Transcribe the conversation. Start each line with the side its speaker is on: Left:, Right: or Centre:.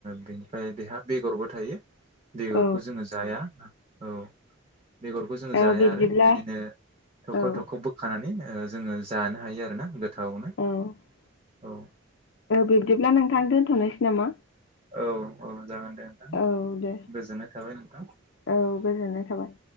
Right: बेनिफ्राय बेहा बेगरबो थायो बेगरखौ
Left: औ
Right: जोङो जाया औ बेगरखौ जोंङो
Left: औ
Right: जाया
Left: बिब्दिब्ला
Right: आरो बिदिनो थख'
Left: औ
Right: थख' बोखानानै ओ जोङो जानो हायो आरो ना गोथावनो
Left: औ
Right: औ
Left: बिब्दिब्ला नोंथां दोनथ'नोसै नामा?
Right: औ औ जागोन दे नोंथां
Left: औ दे
Right: गोजोननाय थाबाय नोंथां।
Left: औ गोजोननाय थाबाय